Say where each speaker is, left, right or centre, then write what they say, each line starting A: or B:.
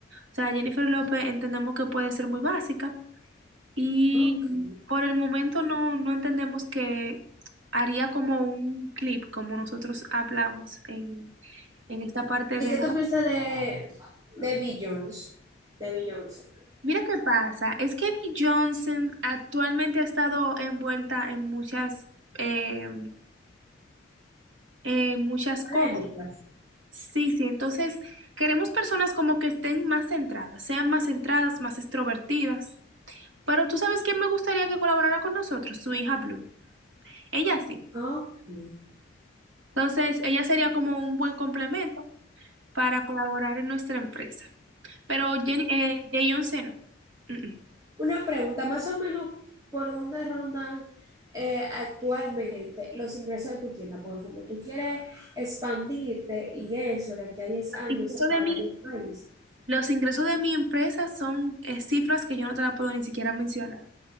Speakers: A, on the right; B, on the right.
A: O sea, Jennifer López entendemos que puede ser muy básica y
B: Ok.
A: por el momento no, no entendemos que haría como un clip, como nosotros hablamos en, en esta parte
B: ¿Y
A: de
B: qué
A: la
B: tú piensas de, de Beyoncé? De Beyoncé.
A: Mira qué pasa, es que Bee Johnson actualmente ha estado envuelta en muchas, eh, en muchas
B: Polémicas.
A: cosas. Sí, sí, entonces queremos personas como que estén más centradas, sean más centradas, más extrovertidas. Pero tú sabes quién me gustaría que colaborara con nosotros, su hija Blue. Ella sí.
B: Ok.
A: Entonces, ella sería como un buen complemento para colaborar en nuestra empresa. Pero Jenny, eh, Beyoncé no. Mm, mm.
B: Una pregunta, más o menos, ¿por dónde rondan eh, actualmente los ingresos de tu tienda? Porque como tú quieres expandirte y eso de aquí a 10 años
A: En caso de
B: a
A: mí,
B: varios países.
A: Los ingresos de mi empresa son eh, cifras que yo no te la puedo ni siquiera mencionar.